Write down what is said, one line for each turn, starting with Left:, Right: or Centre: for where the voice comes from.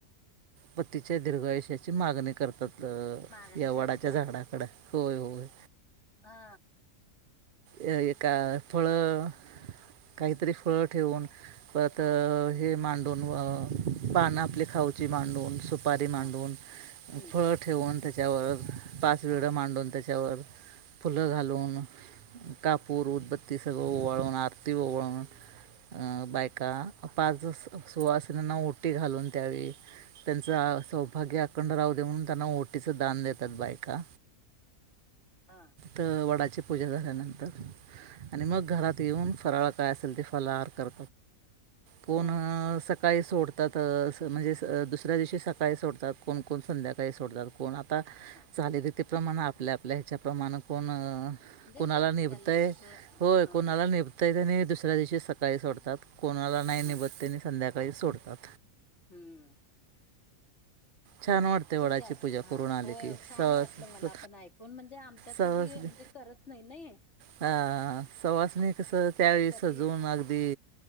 Right: पत्तीच्या दीर्घायुष्याची मागणी करतात.
Left: मागणी
Right: या वडाच्या
Left: करत्या
Right: झाडाकडे. होय होय.
Left: हा
Right: अ ए का फळं- काहीतरी फळ ठेवून परत
Left: हा
Right: -हे मा - पान आपली खाऊची मांडून- सुपारी मांडून
Left: हा हम्म
Right: फळ ठेवून त्याच्यावर पाच वळ
Left: हा
Right: मांडून त्या- त्यावर - फुलं घालून. कापूर, उदबत्ती सगळं ओवाळून आरती ओवळून- अ बाय का पाच सुवासीनींना ओटी घालून द्यावी. त्यांच आ सौभाग्य अखंड राहू दे म्हणून त्यांना ओटीच दान देतात बायका.
Left: हा
Right: त वडाची ची पूजा झाल्यानंतर आणि मग घरात येऊन फराळ काय असेल ते फलाहार कर पुन्हा
Left: ह
Right: स काही सोडतात अं असं स म्हणजे दुसऱ्या दिवशी सकाळी सोडतात. कोणकोण संध्याकाळी सोडतात कोण आत आता
Left: हा
Right: चालीरिती प्रमाणं आपल्या आपल्या ह्याच्याप्रमाणं कोण
Left: म्हणजे
Right: कोणाला
Left: ज्याचं
Right: निभतंय.
Left: त्याला जसं हा
Right: होय कोणाला निभतंय त्यानी दुसऱ्या दिवशी सकाळी सोडतात. कोणाला नाही निभत
Left: हा
Right: त्यानी संध्याकाळी सोडतात.
Left: हम्म.
Right: छान वाटते
Left: म्हणजे
Right: वडाची
Left: छाछ.
Right: पूजा
Left: हा
Right: करून आले
Left: होय.
Right: की
Left: छान
Right: सहज
Left: वाटलं मला आपण ऐकून म्हणजे आमच्यात
Right: सहज
Left: कधी म्हणजे करत नाही-नाही
Right: हा सवाषणी कसं त्यावेळी
Left: कधी
Right: सजून अगदी